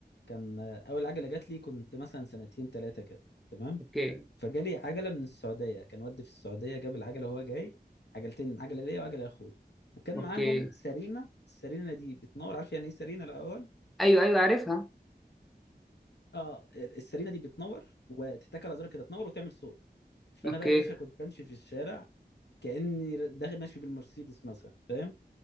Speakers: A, on the left (about 85°); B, in the centre.
A: كان آه، اول عجله جات لي كنت مثلا سنتين ثلاثه كده تمام
B: اوكي
A: فجالي عجله من السعوديه كان والدي في السعوديه جاب العجله وهو جاي عجلتين عجله ليا وعجله لاخويا وكان
B: اوكي
A: معاهم سرينه السرينه دي بتنور عارف يعني ايه سرينه الاول
B: ايوه ايوه عارفها
A: اه السرينه دي بتنور وتتك على زرار كده تنور وتعمل صوت فانا
B: اوكي
A: بقى يا باشا كنت بمشي في الشارع كاني داخل ماشي بالمرسيدس مثلا فاهم